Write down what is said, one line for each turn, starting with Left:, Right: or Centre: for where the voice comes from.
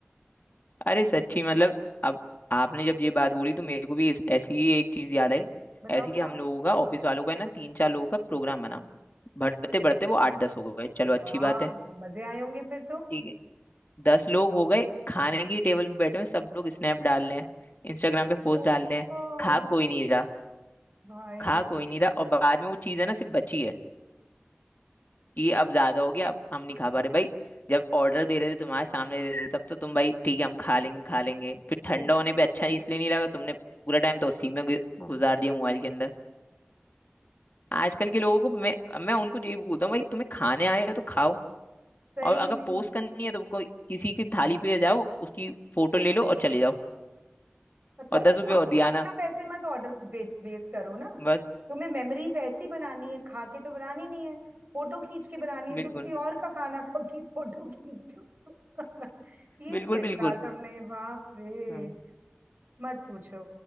Left: अरे सच्ची मतलब अब आपने जब ये बात बोली तो मेरे को भी इस, ऐसी ही एक चीज याद आई
Right: बताओ
Left: ऐसी
Right: बताओ
Left: ही हम लोगों का ऑफिस वालों का है ना तीन चार लोगों का प्रोग्राम बना बढ़ते बढ़ते वो आठ दस हो गए चलो अच्छी
Right: वाह
Left: बात है
Right: मजे आए होंगे फिर तो
Left: ठीक है दस लोग हो गए खाने की टेबल पे बैठे हुए सब लोग स्नैप डाल रहे हैं इंस्टाग्राम पे पोस्ट
Right: बहुत
Left: डाल रहे हैं खा कोई नहीं रहा
Right: भाई
Left: खा कोई नहीं रहा और बाद में वो चीज़ है ना सिर्फ बची है कि अब ज्यादा हो गया अब हम नहीं खा पा रहे भाई जब ऑर्डर दे रहे थे तुम्हारे सामने दे रहे थे तब तो तुम भाई ठीक है हम खा लेंगे खा लेंगे फिर ठंडा
Right: वो
Left: होने पे अच्छा नहीं इसलिए नहीं लगा तुमने पूरा टाइम तो उसी में गु- गुजार दिया मोबाइल के अंदर आजकल के लोगों को मैं मैं उनको ये बोलता हूँ भाई तुम्हें खाने आए हो तो खाओ
Right: सही
Left: और अगर
Right: में
Left: पोस्ट करनी है तो कोई किसी की थाली पे जाओ उसकी फोटो ले लो और चले जाओ
Right: मतलब
Left: और दस रुपये
Right: हाँ
Left: और
Right: पर
Left: दिया
Right: अपना
Left: ना
Right: पैसे मत ऑर्डर वेस्ट वेस्ट करो ना
Left: बस
Right: तुम्हें मेमोरीज ऐसी बनानी है खा के तो बनानी नहीं है फोटो खींच के बनानी है
Left: बिल्कुल
Right: तो किसी और का खाना खा के फोटो खींचो <laughs> ये
Left: बिल्कुल
Right: सही
Left: बिल्कुल
Right: कहा तुमने बाप रे
Left: हम्म,
Right: मत पूछो